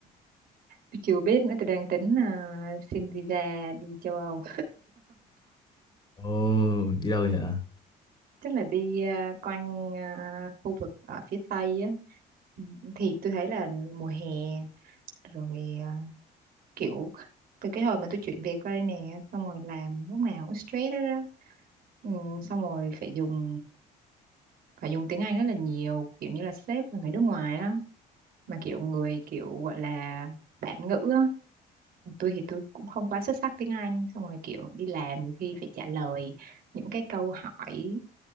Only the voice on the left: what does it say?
Ồ, đi đâu vậy hả?